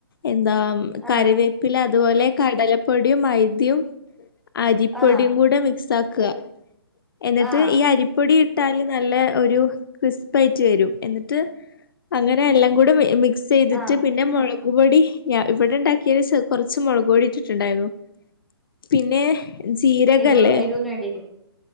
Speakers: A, on the left; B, in the centre.
A: എന്താ കറിവേപ്പില
B: ആഹ്
A: അതുപോലെ കടലപ്പൊടിയും മൈദ്യം അരിപ്പൊടിയും
B: ആഹ്
A: കൂടെ മിക്സ് ആക്കുക എന്നിട്ട്
B: ആഹ്
A: ഈ അരിപ്പൊടി ഇട്ടാലും നല്ല ക്രിസ്പ്പി യായിട്ട് വരും എന്നിട്ട് അങ്ങനെ എല്ലാം കൂടെ മിക്സ് ചെയ്തിട്ട്
B: ആഹ്
A: പിന്നെ മുളക് പൊടി ഇവിടെ ഉണ്ടാക്കിയത് കൊറച്ച് കൊറച്ച് മുളക് പൊടിട്ടിട്ടുണ്ടായിരുന്നു പിന്നെ ജീരകല്ലേ
B: എരു എരുവിന് വേണ്ടിട്ട്